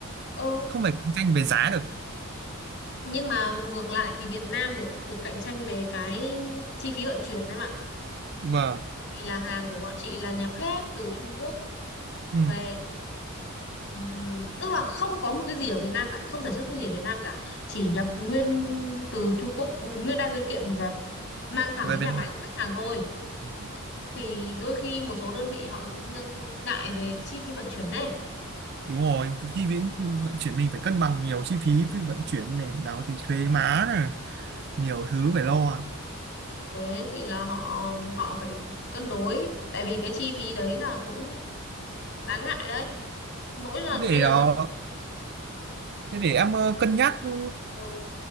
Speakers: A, on the left; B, on the right.
A: ừ.
B: không phải cạnh tranh về giá được
A: nhưng mà ngược lại thì Việt Nam để được cạnh tranh về cái chi phí vận chuyển em ạ
B: vâng
A: thì là hàng của bọn chị là nhập hết từ Trung Quốc
B: ừ
A: về ừm, tức là không có một cái gì ở Việt Nam cả không sản xuất cái gì ở Việt Nam cả chỉ nhập nguyên từ Trung Quốc nguyên đai nguyên kiện và mang thẳng
B: về
A: đến
B: Việt
A: nhà máy của khách hàng thôi
B: Nam
A: thì đôi khi một số đơn vị họ nhưng ngại về chi phí vận chuyển này
B: đúng rồi chi phí vận chuyển mình phải cân bằng nhiều chi phí với vận chuyển này nào thì thuế má này nhiều thứ phải lo à
A: thế thì là họ họ phải cân đối tại vì cái chi phí đấy là cũng đáng ngại đấy mỗi lần
B: thế để
A: bây giờ
B: ờ,
A: nhá
B: thế để em ờ, cân nhắc ừ,
A: ừ